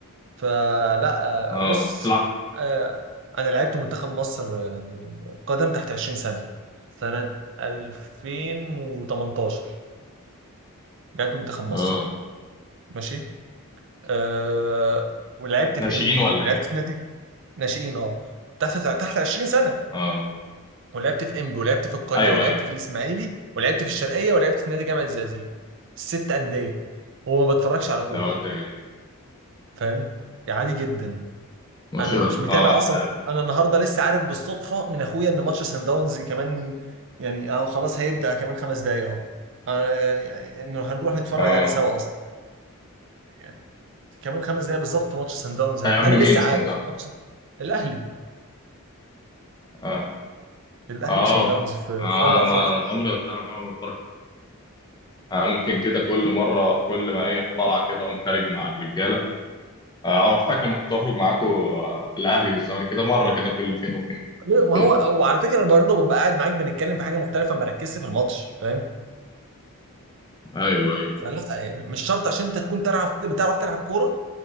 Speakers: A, on the right; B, on the left.
A: فلا
B: اه
A: آه، بص
B: تلعب
A: آه، انا لعبت منتخب مصر آه، قدم تحت 20 سنة سنة 2018 لعبت منتخب مصر
B: اه
A: ماشي أه ولعبت في
B: ناشئين
A: انبي
B: ولا
A: ولعبت
B: ايه
A: في نادي ناشئين اه تحت تحت 20 سنة
B: اه
A: ولعبت في انبي ولعبت في القناة
B: ايوه
A: ولعبت
B: ايوه
A: في الاسماعيلي ولعبت في الشرقية ولعبت في نادي جامعة الزقازيق ست أندية وما بتفرجش على كورة
B: يا واد يا- جدع.
A: فاهم يعني عادي جدا
B: ما
A: انا
B: شاء
A: مش
B: الله
A: متابع
B: اه
A: اصلا
B: حلو
A: انا النهارده لسه عارف بالصدفه من اخويا ان ماتش سان داونز كمان يعني اهو خلاص هيبدا كمان خمس دقايق اهو أنا يعني انه هنروح نتفرج
B: اه
A: عليه سوا اصلا يعني كمان خمس دقايق بالظبط ماتش سان داونز هيبدا
B: هيقابلوا
A: انا لسه
B: مين صن
A: عارف
B: داونز
A: ماتش الاهلي
B: اه
A: الاهلي
B: اه
A: وسان داونز في
B: آه،
A: في امم افريقيا
B: ما عمري آه، ما بتفرج آه، ممكن كده كل مره كل ما ايه طالع كده اقوم خارج مع الرجاله اه آه، فاكر لما كنت اخرج معاكم الاهلي والزمالك كده مره كده كل فين وفين
A: ليه؟ ما
B: كده
A: هو وعلى فكره انا برضه ببقى قاعد معاك بنتكلم في حاجه مختلفه ما ركزش في الماتش فاهم
B: ايوه ايوه
A: فلا يعني مش شرط عشان انت تكون تعرف بتعرف تلعب كوره